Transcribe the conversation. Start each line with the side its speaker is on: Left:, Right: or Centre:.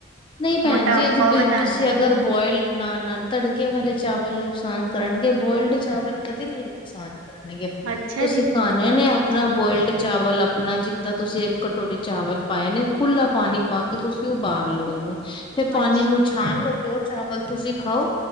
Left: ਨਹੀਂ ਭੈਣ
Right: ਮੋਟਾਪਾ
Left: ਜੀ ਇਹ
Right: ਵਧਾਉਂਦੇ
Left: ਤੁਸੀਂ ਅਗਰ
Right: ਨੇ
Left: ਬੋਇਲਡ ਨਾ ਨਾ, ਤੜਕੇ ਵਾਲੇ ਚਾਵਲ ਨੁਕਸਾਨ ਕਰਨਗੇ ਬੋਇਲਡ ਚਾਵਲ ਕਦੇ ਨੀ ਲ ਨੁਕਸਾਨ ਕਰਣਗੇ
Right: ਅੱਛਾ
Left: ਤੁਸੀਂ
Right: ਜੀ
Left: ਖਾਣੇ ਨੇ ਆਪਣਾ ਬੋਇਲਡ ਚਾਵਲ ਆਪਣਾ ਜਿੱਦਾਂ ਤੁਸੀਂ ਇੱਕ ਕਟੋਰੀ ਚਾਵਲ ਪਾਏ ਨੇ, ਖੁਲਾ ਪਾਣੀ ਪਾ ਕੇ ਤੁਸੀਂ ਉਬਾਲ ਲਓ ਉਹਨੂੰ ਫਿਰ ਪਾਣੀ
Right: ਅੱਛਾ
Left: ਨੂੰ ਛਾਣ ਲੋ ਤੇ ਔ ਚਾਵਲ ਤੁਸੀਂ ਖਾਓ,